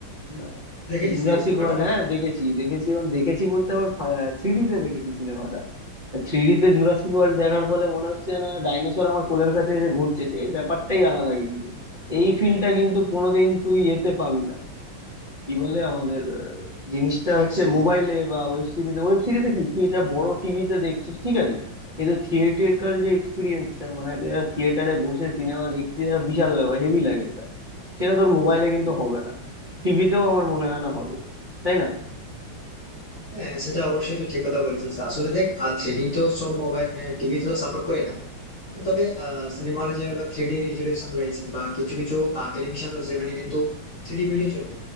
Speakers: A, on the right; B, on the left.
A: হ্যাঁ
B: দেখেছিস
A: জুরাসিক
B: নাকি সিনেমাটা
A: ওয়ার্ল্ড হ্যাঁ দেখেছি দেখেছি এবং দেখেছি বলতে আবার থ্রি তে দেখেছি সিনেমাটা থ্রি তে জুরাসিক ওয়ার্ল্ড দেখার ফলে মনে হচ্ছে না ডাইনোসর আমার কোলের কাছে এসে ঘুরছে সেই ব্যাপারটাই আলাদা কিন্তু এই ফিলটা কিন্তু কোনোদিন তুই এতে পাবি না কি বলে আমাদের আহ, জিনিসটা
B: Web
A: হচ্ছে
B: series
A: মোবাইলে বা ওয়েব সিরিজে ওয়েব সিরিজে কি তুই এটা বড় টিভিতে দেখছিস ঠিক আছে কিন্তু থিয়েটারকাল যে এক্সপিরিয়েন্সটা মানে তুই একটা থিয়েটারে বসে সিনেমা দেখছিস এটা বিশাল ব্যাপার হেভি লাগে ওটা সেটা তোর মোবাইলে কিন্তু হবে না টিভিতেও আমার মনে হয় না হবে তাই না
B: হ্যাঁ সেটা অবশ্যই তুই ঠিক কথা বলেছিস আসলে দেখ থ্রিডি তো সব মোবাইল টিভিতে তো সাপোর্ট করে না তবে সিনেমা হলে যে হলো থ্রিডি রেজলিউশন রয়েছে বা কিছু কিছু টেলিভিশন রয়েছে যেখানে কিন্তু থ্রিডি ভিডিও চলে